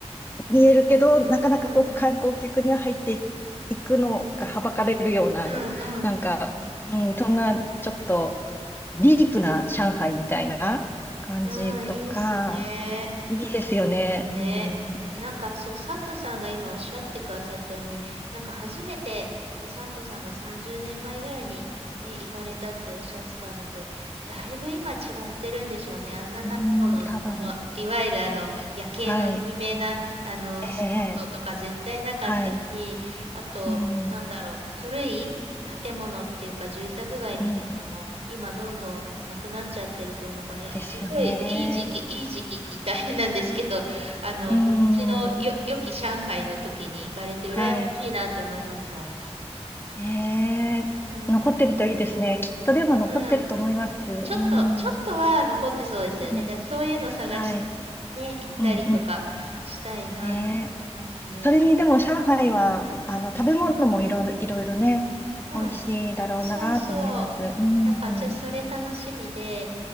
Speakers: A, on the left; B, on the right.
A: う見えるけど、なかなかこう観光客には入っていいくのがはばかれるようなよ、
B: うん、うん、うん、
A: なんか、うん、そんなちょっとディープな上海みたいな感じとか、
B: うん、いいっすね。
A: いいですよね。
B: ね、
A: うん、う
B: なんかそう、佐藤さんが今おっしゃってくださったように、なんか初めて、ね、佐藤さんが30年前ぐらいにね、行かれたっておっしゃってたのと、だいぶ今違ってるんでしょうね。あんな建物、
A: ん、多分、
B: あの、いわゆるあの、夜景の有名な、
A: はい。
B: あの、
A: ええ
B: スポットとか絶対なかったし、
A: はい。
B: あと、
A: うん、
B: なんだろう、
A: う
B: 古い建物っていうか住宅街みたいなのも今どんどんなくなっちゃってると思うから、
A: ん、
B: いや、
A: ですよね。
B: すごいいい時期、いい時期って言ったら変なんですけど、あの、
A: うん。
B: 昔のよ、良き上海の時に行かれて羨ましいなって思いますもん。
A: はい。ねえ、
B: うん。
A: 残ってるといいですね。きっとでも残ってると思います。
B: うん。ちょっと、
A: うん。
B: ちょっとは残ってそうですよね。
A: うん。
B: だからそういうの探して、
A: はい。
B: ね、行ったりとかしたいなと思いますね。
A: うん、うん。ねえ。それにでも上海は、
B: あ、うん。
A: あの、食べ物もいろいろ、いろいろね、
B: うん。
A: 美味しいだろうなと思います。
B: そうそう。
A: うん。
B: だから、ちょっとそれ楽しみで、